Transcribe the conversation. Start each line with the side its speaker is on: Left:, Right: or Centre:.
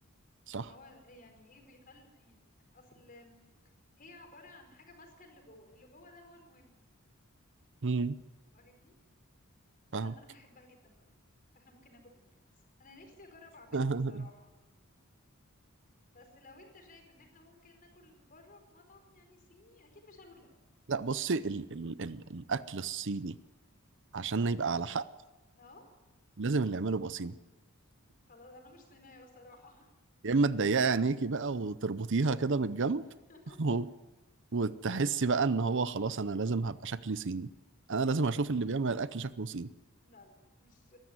Right: صح
Left: هو يعني ايه بيخل اصل هي عبارة عن حاجة ماسكة اللي جوه اللي جوه ده هو المهم
Right: مم.
Left: فاهمني
Right: فاهم
Left: فانا انا بحبها جدا بقى فاحنا ممكن ناكل دومبلينجز انا نفسي اجرب اعملها
Right: <laughs>
Left: بصراحة بس لو انت شايف ان احنا ممكن ناكل بره في مطعم يعني صيني اكيد مش هقول لا
Right: لا بصي ال ال ال الأكل الصيني عشان يبقى على حق
Left: اه
Right: لازم اللي يعمله يبقى صيني
Left: خلاص انا مش صينية بصراحة
Right: يا اما تضيقي عينيكي بقى وتربطيها كده من الجنب
Left: <laughs>
Right: <laughs> وتحسي بقى ان هو خلاص انا لازم هبقى شكلي صيني
Left: خلاص
Right: انا لازم اشوف اللي بيعمل الاكل شكله صيني
Left: لا لا مش